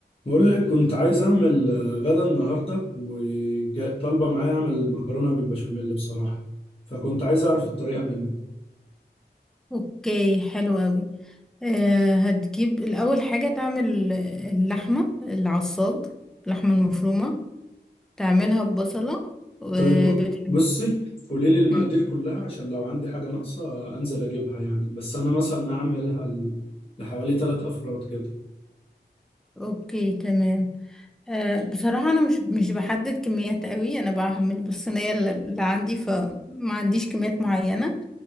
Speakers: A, on the left; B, in the centre.
A: بقول لك كنت عايز اعمل آه، غدا النهارده وطالبه معايا اعمل مكرونه بالبشاميل بصراحه فكنت عايز اعرف الطريقه منه
B: اوكي حلو قوي أه هتجيب الاول حاجة تعمل اللحمة العصاج اللحمة المفرومة تعملها ببصلة وبتحب
A: طيب أ- بصي قولي لي المقادير
B: مم.
A: كلها عشان لو عندي حاجه ناقصه آه، انزل اجيبها يعني بس انا مثلا هعملها ل- لحوالي ثلاث افراد كده
B: اوكي تمام أه بصراحة انا مش مش بحدد كميات قوي انا بعمل بالصينية الل- اللي عندي فما عنديش كميات معينة